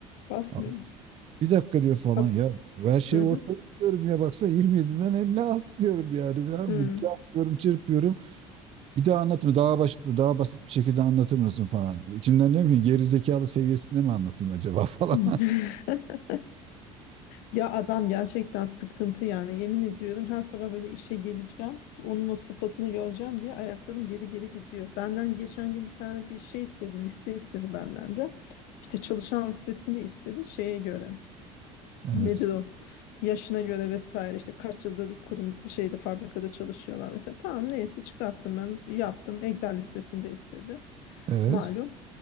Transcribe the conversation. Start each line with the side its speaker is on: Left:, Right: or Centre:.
Left: Basmıyor.
Right: abi bir dakika diyor falan
Left: Hat-
Right: ya. Bu Her şey
Left: Hı,
Right: ortada
Left: hı,
Right: diyorum ya baksana 27'den 56 diyorum yani. Ya,
Left: hı,
Right: bu- çarpıyorum çırpıyorum. Bir daha anlatma daha baş, daha basit bir şekilde anlatır mısın falan. İçimden diyorum ki gerizekalı seviyesinde mi anlatayım acaba <laughs> falan.
Left: hı. <laughs> Ya adam gerçekten sıkıntı yani yemin ediyorum her sabah böyle işe geleceğim onun o sıfatını göreceğim diye ayaklarım geri geri gidiyor. Benden geçen gün bir tane bir şey istedi liste istedi benden de işte çalışan listesini istedi şeye göre.
Right: Evet.
Left: Nedir o? Yaşına göre vesaire işte kaç yıldır kurum şeyde fabrikada çalışıyorlar vesaire. Tamam neyse çıkarttım ben yaptım. Excel listesinde istedi
Right: Evet.
Left: malum.